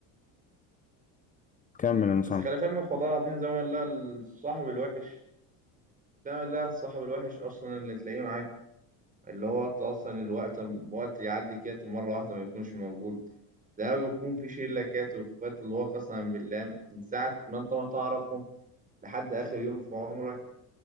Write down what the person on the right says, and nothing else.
بس خلي في علمك والله العظيم زي ما لا الصاحب الوحش زي ما لا الصاحب الوحش اصلا اللي تلاقيه معاك اللي هو انت اصلا الوقت وقت يعدي كده مره واحده ما يكونش موجود ده بيكون في شله كده واخوات اللي هو قسما بالله من ساعه ما انت ما تعرفهم لحد اخر يوم في عمرك